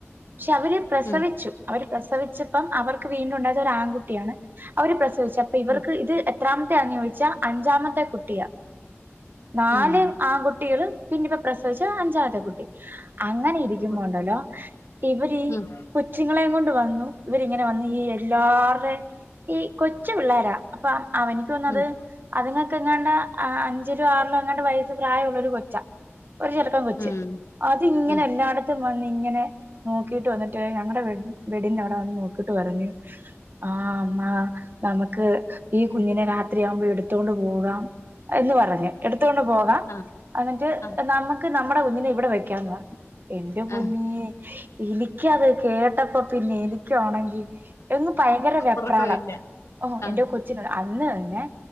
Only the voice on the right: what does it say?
പക്ഷെ അവര് പ്രസവിച്ചു
അവര് പ്രസവിച്ചപ്പം അവർക്ക് വീണ്ടും ഉണ്ടായത് ഒരു ആൺകുട്ടിയാണ് അവര് പ്രസവിച്ച് അപ്പൊ ഇവര്ക്ക്
ഇത് എത്രാമത്തെന്ന് ചോയ്ച്ചാ അഞ്ചാമത്തെ കുട്ടിയാ നാല്
ആൺകുട്ടികള് പിന്ന ഇപ്പ പ്രസവിച്ച അഞ്ചാത്തെ കുട്ടി അങ്ങനെ ഇരിക്കുമ്പോണ്ടല്ലോ
ഇവരീ
കൊച്ചുങ്ങളെയും കൊണ്ട് വന്നു ഇവരിങ്ങനെ വന്നു ഈ എല്ലാർടേം ഈ കൊച്ചു പിള്ളാര അപ്പ അവനിക്കൊന്നത്
അത്ങ്ങൾക്ക് എങ്ങാണ്ട് അഞ്ചിലോ ആറിലോ അങ്ങാണ്ട് വയസ്സ് പ്രായൊള്ളൊര് കൊച്ചാ ഒരു ചെരക്കം കൊച്ച്
അത് ങ്ങനെ
എല്ലാടത്തും വന്ന് ങ്ങനെ നോക്കീട്ട് വന്ന്ട്ട് ഞങ്ങടെ വെ വെട്ടിന്റെ അവടെ വന്ന് നോക്കീട്ട് പറഞ്ഞ് ആഹ് മ്മാ നമക്ക് ഈ കുഞ്ഞിനെ രാത്രിയാകുമ്പോ എട്ത്ത്കൊണ്ട് പോകാം എന്ന് പറഞ്ഞ് എട്ത്ത് കൊണ്ട് പോകാം
അന്ന്ട്ട്
നമക്ക് നമ്മടെ കുഞ്ഞിനെ ഇവടെ വെക്കാന്ന് പറഞ്ഞു എന്റെ പുന്നേ
എനിക്കത് കേട്ടപ്പ പിന്നെ എനിക്കാണെങ്കി എന്ന്ന് ഭയങ്കര വെപ്രാളം
ഓഹ്
എന്റെ കൊച്ചിനെ അന്ന് തന്നെ